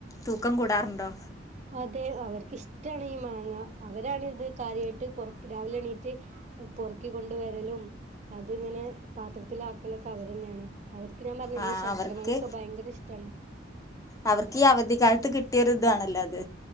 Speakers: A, on the left; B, on the right.
A: തൂക്കം കൂടാറുണ്ടോ.
B: അതെ അവർക്ക്ഷ്ടാണീ മാങ്ങ അവരാണിത് കാര്യായ്ട്ട് പൊർകി രാവിലെ എണീറ്റ്. പൊർക്കി കൊണ്ട് വരലും അത്ങ്ങനെ പാത്രത്തിലാക്കലൊക്കെ അവരെന്നേണ്. അവർക്ക് ഞാ പറഞ്ഞില്ല
A: ആ
B: ഈ ശർക്കരമാങ്ങൊക്കെ
A: അവർക്ക്
B: ഭയങ്ക ഇഷ്ടണ്
A: അവർക്ക് ഈ അവധിക്കാലത്ത് കിട്ടിയ ഒരു ഇതാണല്ലോ അത്